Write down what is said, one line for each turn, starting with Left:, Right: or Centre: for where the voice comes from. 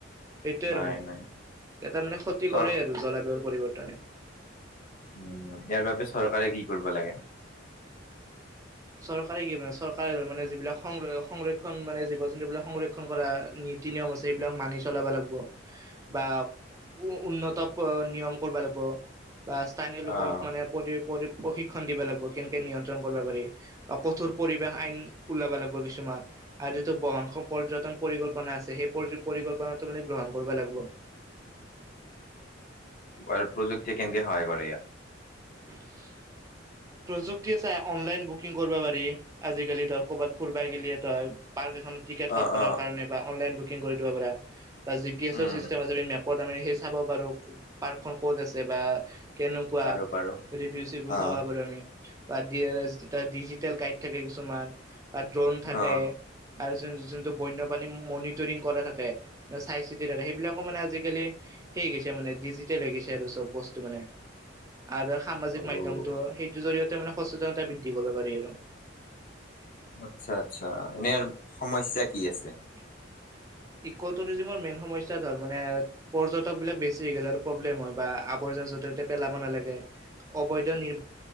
Right: সেইটোৱে
Left: নাই
Right: আৰু মানে।
Left: নাই
Right: এটা মানে ক্ষতি
Left: চৰ
Right: কৰে আৰু জলবায়ুৰ পৰিৱৰ্তনে।
Left: উমঁ ইয়াৰ বাবে চৰকাৰে কি কৰিব লাগে?
Right: চৰকাৰে কি মানে চৰকাৰে মানে যিবিলাক সংৰক্ষণ মানে জীৱ জন্তুবিলাক সংৰক্ষণ কৰা-। নীতি নিয়ম আছে। এইবিলাক মানি চলিব লাগিব বা উন্নত-। নিয়ম কৰিব লাগিব বা স্থানীয় লোকক
Left: অ',
Right: মানে-। পৰি প্ৰশিক্ষণ দিব লাগিব কেনেকে নিয়ন্ত্ৰণ কৰিব পাৰি। অঁ কঠোৰ পৰিবেশ আইন ওলাব লাগিব-। কিছুমান আৰু যিটো বহন পৰ্যটন পৰিকল্পনা আছে সেই পৰিকল্পনাটো মানে গ্ৰহণ কৰিব লাগিব।
Left: আৰু প্ৰযুক্তিয়ে কেনকে সহায় কৰে ইয়াত?
Right: <unintelligible> প্ৰযুক্তিয়ে চাই অনলাইন বুকিং কৰিব পাৰি। আজিকালি ধৰ ক'বাত ফুৰিব গেলি তই পাৰ্ক-। খন টিকেট কাতিবলে
Left: অ', অ',
Right: কাৰণে বা অনলাইন বুকিং কৰি দিব পৰা বা জি পি এছৰ
Left: উম,
Right: চিষ্টেম মেপ-। ত আমি সেই চাব পাৰো। পাৰ্কখন ক'ত আছে বা কেনেকুৱা।
Left: পাৰো পাৰো
Right: ৰিভিউ চিভিউ
Left: অ',
Right: চাব পাৰো আমি বা ডিজিটেল গাইত থাকে কিছুমান। তাত ড্ৰোন থাকে-।
Left: অ',
Right: আৰু য যোনটো বন্যপ্ৰাণী মনিটৰিং কৰা থাকে চাই চিতি থাকে, সেইবিলাকো মানে আজিকালি-। সেই গৈছে মানে ডিজিটেল হৈ গৈছে আৰু চব বস্তু মানে। আৰু সামাজিক
Left: অ',
Right: মাধ্যমটো সেইটোৰ জৰিয়তে মানে সচেতনতা বৃদ্ধি কৰিব পাৰি আৰু।
Left: আচ্ছা আচ্ছা' এনেই আৰু সমস্যা কি আছে?
Right: হয়। <unintelligible> মেইন সমস্যা ধৰ মানে পৰ্যটক বিলাক বেছি হৈ গ'লে অলপ প্ৰব্লেম হয় বা আবৰ্জনা-। য'তে ত'তে পেলাব নালাগে। অবৈধ নিৰ্মাণ-